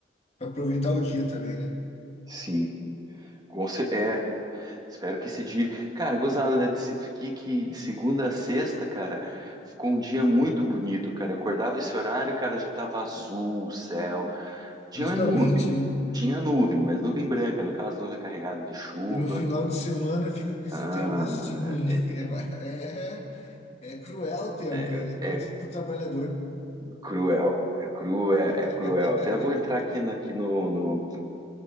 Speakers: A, on the left (about 35°); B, on the right (about 25°).
A: aproveitar o dia também, né?
B: Sim. Com cer- É, espero que esse dia. Cara, gozado, né? de se- Que, que de segunda a sexta, cara, ficou um dia muito bonito, cara. Eu acordava esse horário, cara, já tava azul o céu. Tinha
A: Justamente,
B: nuvem,
A: né?
B: tinha nuvem, mas nuvem branca, no caso, nuvem carregada de chuva.
A: E no final de semana fica com esse
B: Ah,
A: tempo assim ruim.
B: é,
A: <laughs> É, é, é cruel o tempo,
B: é,
A: ele é contra
B: é- é
A: o trabalhador.
B: cruel, é cruel,
A: <laughs>
B: é é cruel. Até vou entrar aqui, na- aqui no, no-